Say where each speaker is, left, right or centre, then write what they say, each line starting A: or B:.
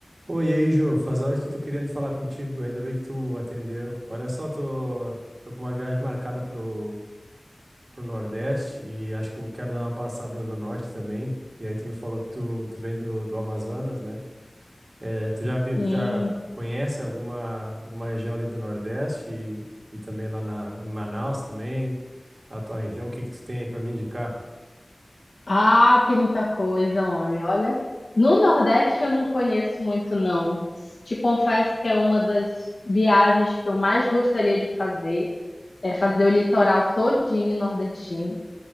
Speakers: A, on the right (about 70°); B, on the left (about 80°).
A: Oi, e aí, Jô. Faz horas que eu tô querendo falar contigo. Ainda bem que tu atendeu. Olha só, tô, tô com uma viagem marcada pro, pro Nordeste e acho que eu quero dar uma passada no Norte também. E aí tu me falou que tu, tu vem do, do Amazonas, né? Eh, tu já viu,
B: Sim.
A: já conhece alguma, alguma região ali do Nordeste e, e também lá na, em Manaus também, a tua região. O que que tu tem aí pra me indicar?
B: Ah, tem muita coisa, homem. Olha, no Nordeste eu não conheço muito, não. Te confesso que é uma das viagens que eu mais gostaria de fazer, é fazer o litoral todinho nordestino,